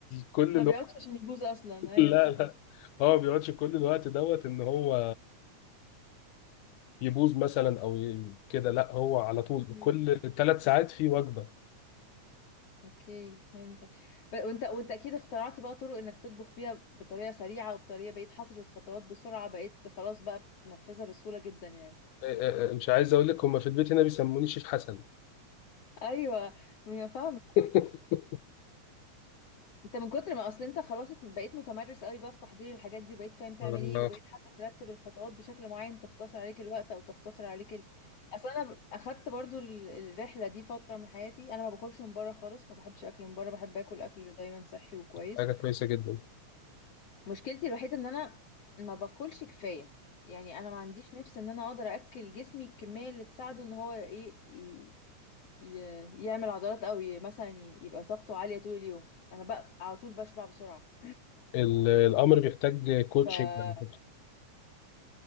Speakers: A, on the left (about 85°); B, on the left (about 50°).
A: كل
B: ما
A: الوقت
B: بيقعدش عشان يبوظ اصلا
A: <laughs>
B: ايوه
A: لا
B: صحيح
A: لا هو ما بيقعدش كل الوقت دوت ان هو يبوظ مثلا او ي- كده لا هو على طول
B: ايوه
A: كل ثلاث ساعات في وجبه
B: اوكي فهمتك ب- وانت وانت اكيد اخترعت بقى طرق انك تطبخ بيها بطريقة سريعة وبطريقة بقيت حافظ الخطوات بسرعة بقيت ب- خلاص بقى بتنفذها بسهولة جدا يعني
A: إيه إيه إيه مش عايز اقول لك هم في البيت هنا بيسموني شيف حسن
B: ايوه ما فاهمه
A: <laughs>
B: انت من كتر ما اصل انت خلاص ات- بقيت متمرس قوي بقى في تحضير الحاجات دي بقيت فاهم تعمل
A: آه،
B: ايه وبقيت حتى ترتب الخطوات بشكل معين تختصر عليك الوقت او تختصر عليك ال... اصل انا ب- اخدت برضو ال- الرحله دي فتره من حياتي انا ما باكلش من بره خالص ما بحبش اكل من بره بحب اكل اكل دايما صحي وكويس
A: حاجة كويسة جدا
B: مشكلتي الوحيدة ان انا ما باكلش كفاية يعني انا ما عنديش نفس ان انا اقدر اكل جسمي الكمية اللي تساعده ان هو ايه ي... ي... يعمل عضلات او ي... مثلا ي... يبقى طاقته عالية طول اليوم انا بقى على طول بشبع بسرعة
A: ال- الأمر بيحتاج
B: <clears throat>
A: كوتشنج
B: فمحتاج
A: على فكرة